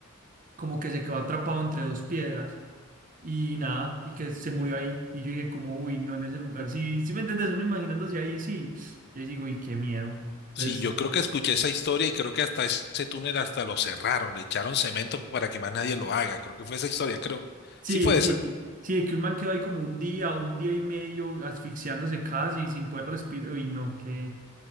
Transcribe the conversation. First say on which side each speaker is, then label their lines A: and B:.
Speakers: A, on the right; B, on the left.
A: como que se quedó atrapado entre dos piedras y nada, y que se murió ahí. Y yo dije como, uy, no, en ese lugar, sí, sí me entiendes, uno imaginándose ahí, sí. Y ahí digo, uy, qué miedo. Entonces,
B: Sí, yo creo que escuché esa historia y creo que hasta ese túnel hasta lo cerraron, le echaron cemento para que más nadie lo haga. Creo que fue esa historia, creo.
A: sí,
B: Sí fue
A: sí,
B: esa.
A: sí, de que un man quedó ahí como un día o un día y medio asfixiándose casi sin poder respirar. Uy, no, qué,